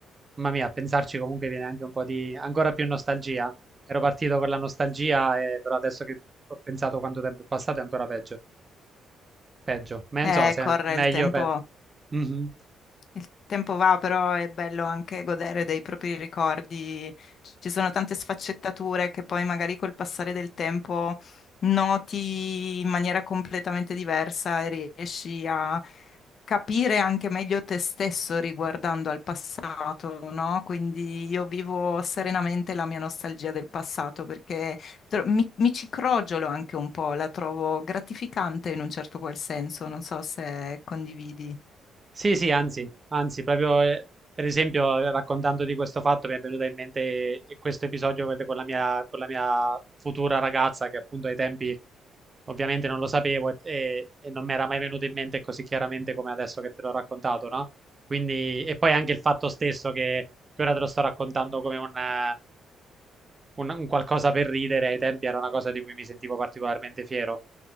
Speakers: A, on the right (about 30°); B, on the left (about 55°).
A: Mamma mia, a pensarci comunque viene anche un po' di, ancora più nostalgia. Ero partito con la nostalgia, e- però adesso che ho pensato quanto tempo è passato è ancora peggio. Peggio, ma
B: Eh,
A: non so se
B: corre
A: è meglio.
B: il tempo,
A: Pe... Mhm.
B: Il tempo va, però è bello anche godere dei propri ricordi. Ci sono tante sfaccettature che poi magari col passare del tempo noti in maniera completamente diversa e riesci a capire anche meglio te stesso riguardando al passato, no? Quindi io vivo serenamente la mia nostalgia del passato perché tro- mi, mi ci crogiolo anche un po', la trovo gratificante in un certo qual senso, non so se condividi.
A: Sì, sì, anzi, anzi, proprio eh, per esempio eh, raccontando di questo fatto mi è venuta in mente eh, questo episodio con con la mia, con la mia futura ragazza che appunto ai tempi ovviamente non lo sapevo e, e- e non mi era mai venuto in mente così chiaramente come adesso che te l'ho raccontato, no? Quindi, e poi anche il fatto stesso che, che ora te lo sto raccontando come un, eh, un- un qualcosa per ridere, ai tempi era una cosa di cui mi sentivo particolarmente fiero.